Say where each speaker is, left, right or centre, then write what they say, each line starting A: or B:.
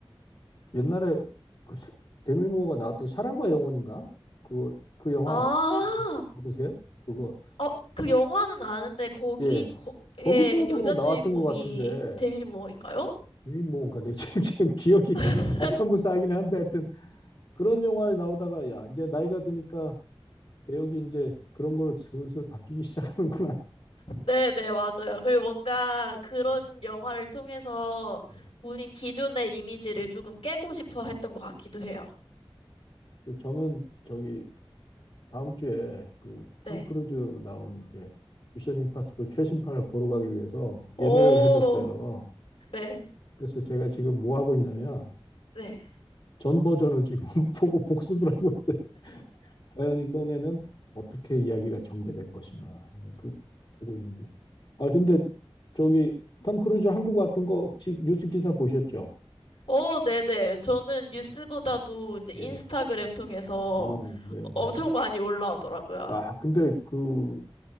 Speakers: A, on the left; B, on the left.
A: 옛날에 그 사- 데밀모어가 나왔던 사랑과 영혼인가? 그거 그 영화
B: 아,
A: 모르세요? 그거
B: 어, 그 영화는 아는데 거기,
A: 예
B: 거기에
A: 거기서도
B: 여자 주인공이
A: 나왔던 것 같은데
B: 데미 무어인가요?
A: 데밀모어인가 내 지금 <laughs> 지금 기억이
B: <laughs>
A: 아사무사하긴 한데 하여튼 그런 영화에 나오다가 야 이제 나이가 드니까 배역이 이제 그런 거를 슬슬 바뀌기 시작하는구나.
B: 네네, 맞아요. 그 뭔가 그런
A: 예.
B: 영화를 통해서
A: 예.
B: 본인 기존의 이미지를 조금 깨고 싶어 했던 것 같기도 해요.
A: 그 저는 저기 다음 주에 그
B: 네.
A: 톰 크루즈 나오는 이제 미션 임파서블 최신판을 보러 가기 위해서
B: 오,
A: 예매를 해뒀어요.
B: 네,
A: 그래서 제가 지금 뭐 하고 있냐면
B: 네.
A: 전 버전을 지금 <laughs> 보고 복습을 하고 있어요. 과연 이번에는 어떻게 이야기가 전개될 것인가. 네, 그 보고 있는데. 아 근데 저기 톰 크루즈 한국 왔던 거 혹시 뉴스 기사 보셨죠?
B: 어, 네네. 저는 뉴스보다도 이제 인스타그램
A: 예.
B: 통해서
A: 어, 네, 네.
B: 엄청 많이 올라오더라고요.
A: 아, 근데 그